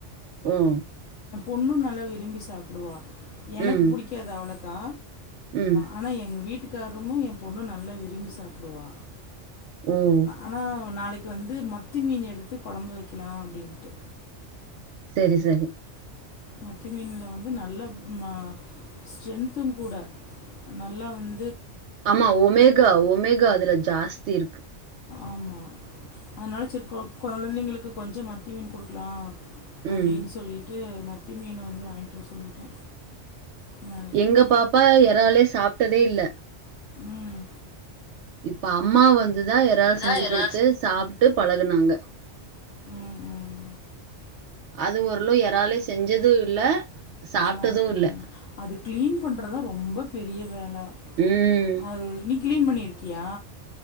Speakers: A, on the right; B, on the left.
A: ம்
B: ஒன்னு நலவு விரும்பி சாப்புடுவா எனக்கு
A: ம்.
B: புடிக்காது அவ்ளக்கா
A: ம்.
B: ஆனா ஆ எங்க வீட்டுக் காரமு ஏ பொண்ணு நல்லா விரும்பி சாப்பிடுவா
A: ம்
B: ஆனால் நாளைக்கு வந்து மத்தி மீன் எடுத்து கொழம்பு வைக்கலா அப்பிடின்ட்டு
A: சரி சரி
B: மத்தி மீன்ல வந்து நல்ல நா ஸ்ட்ரென்த்து கூட நல்லா வந்
A: அமா ஒமேகா ஒமேகா அதுல்லா ஜாஸ் தீ இருக்கு
B: ஆமா அனால சே கொ கொழந்தைங்களுக்கு கொஞ்சம் மத்தி மீன் குடுக்கலா அப்பிடின்
A: ம்.
B: சொல்லிட்டு ம கத்தி மீன் வந்து வாங்கிட்டு வர சொல்லிட்டேன் நாளைக்கு
A: எங்க பாப்பா இறாலே சாப்ப விட்டதே இல்ல
B: ம்
A: இப்ப அம்மா வந்து து தான் இறால்
B: அதான்
A: செஞ்சு
B: இறால்
A: கொடுத்து சாப்பிட்டு பழகுனாங்க
B: உம் உம்
A: அது ஓரளவு இறாலும் செஞ்சதும் இல்ல சாப்பிட்டதும்
B: சாப்பிட்டது
A: இல்ல
B: அது க்ளீன் பண்ணுறதான் ரொம்ப பெரிய வேலை
A: ம்.
B: அது மீன் க்ளீன் பண்ணியிருக்கியா